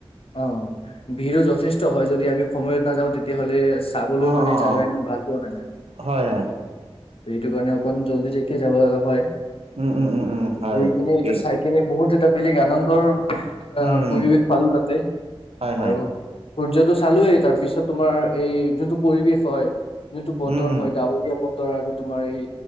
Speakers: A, on the left; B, on the right.
A: অ ভিৰো যথেষ্ট হয় যদি আমি সময়ত নাযাওঁ তেতিয়াহ'লে চাবলৈ
B: অ',
A: মানে
B: অ',
A: জাগা ইমান ভাল পোৱা নাই নাই ত
B: হয়, হয়,
A: এইটো কাৰণে অকল জল্দি যেখে যাব লগা হয়
B: উম উম উম উম হয়,
A: গৈ কিনে
B: ঠিকেই
A: এইটো চাই কিনে বহুত এটা বেলেগ আনন্দৰ, আহ
B: উম,
A: পৰিৱেশ পালো তাতে,
B: হয়,
A: বাৰ
B: হয়,
A: সূৰ্যটো চালোয়েই তাৰ পিছত তোমাৰ এই যোনটো পৰিৱেশ হয় যোনটো বতৰ
B: উম, উম,
A: হয়, ডাৱৰীয়া বত আৰু তোমাৰ এই,